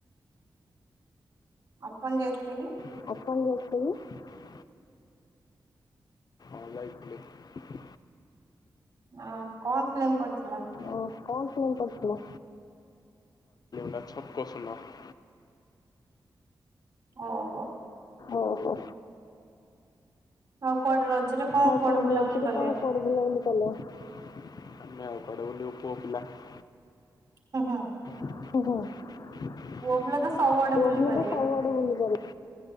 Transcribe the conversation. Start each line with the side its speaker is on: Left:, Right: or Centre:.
Right: ଆପଣ ଯାଇଥିଲେ କି?
Left: <inaudible> <inaudible>
Right: ଅ କଣ ଫିଲ୍ମ ପଡିିଥିଲା?
Left: ଓ କଣ ଫିଲ୍ମ ପଡିିଥିଲା? <inaudible>
Right: ଓହୋ।
Left: ଓହୋ।
Right: ଆଉ କୁଆଡେ ରଜରେ କଣ
Left: ଆଉ
Right: କୁଆଡେ
Left: କୁଆଡ଼େ
Right: ବୁଲାବୁଲି
Left: ରଜରେ
Right: କଲେ?
Left: <inaudible>
Right: ହଁ ହଁ।
Left: <inaudible>
Right: ପିଲା ତ ସବୁଆଡେ ବୁଲି ପାରିବେ।